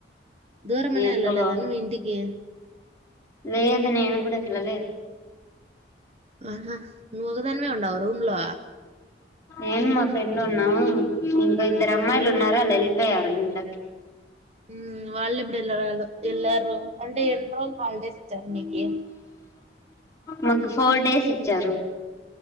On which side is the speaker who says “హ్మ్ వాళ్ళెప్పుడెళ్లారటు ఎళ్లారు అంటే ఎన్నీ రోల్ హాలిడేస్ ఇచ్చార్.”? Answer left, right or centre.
Right